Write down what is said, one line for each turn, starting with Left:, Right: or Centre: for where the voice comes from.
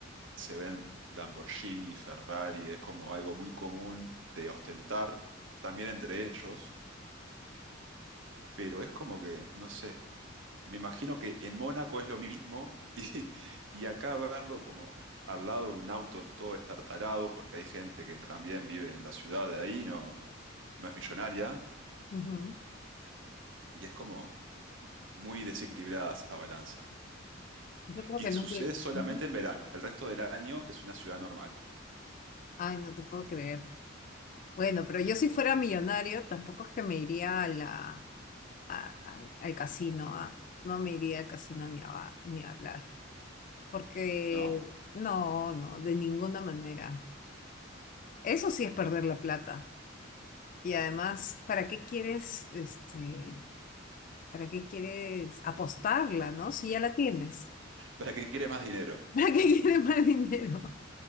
Right: se ven Lamborghini, Ferrari, es como algo muy común de ostentar también entre ellos, pero es como que, no sé, me imagino que en Mónaco es lo mismo <laughs> y, y acá verlo como al lado de un auto todo estartalado, porque hay gente que también vive en la ciudad de ahí, no, no es millonaria,
Left: ujú, ujú.
Right: y es como muy desequilibrada esa balanza.
Left: Yo creo
Right: Y
Left: que
Right: sucede
Left: nunca...
Right: solamente
Left: ujú.
Right: en verano, el resto del año es una ciudad normal,
Left: Ay, no te puedo creer. Bueno, pero yo si fuera millonario, tampoco es que me iría a la, a- a- al casino. a- no me iría al casino ni a, ba- ni a hablar. Porque
Right: ¿no?
Left: no, no, de ninguna manera. Eso sí es perder la plata. Y además, ¿para qué quieres, este, para qué quieres apostarla, ¿no? Si ya la tienes.
Right: ¿Para qué quiere más dinero?
Left: <laughs> ¿Para qué quieres más dinero?